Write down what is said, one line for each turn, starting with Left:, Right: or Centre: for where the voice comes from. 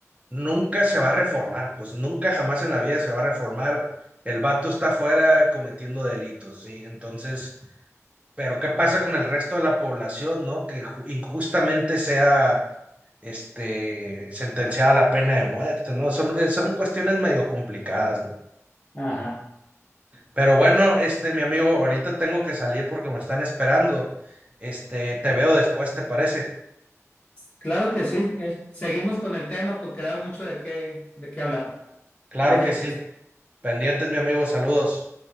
Right: nunca se va a reformar, pues nunca jamás en la vida se va a reformar. El vato está afuera cometiendo delitos, ¿sí? Entonces, pero ¿qué pasa con el resto de la población, ¿no? Que ju- injustamente sea, este, sentenciada a la pena de muerte, ¿no? Son, eh, son cuestiones medio complicadas, ¿no?
Left: Ajá.
Right: Pero bueno, este, mi amigo, ahorita tengo que salir porque me están esperando. Este, te veo después, ¿te parece?
Left: Claro que sí. eh, Seguimos con el tema porque da mucho de qué, de qué hablar.
Right: Claro
Left: Pendientes.
Right: que sí. Pendientes, mi amigo, saludos.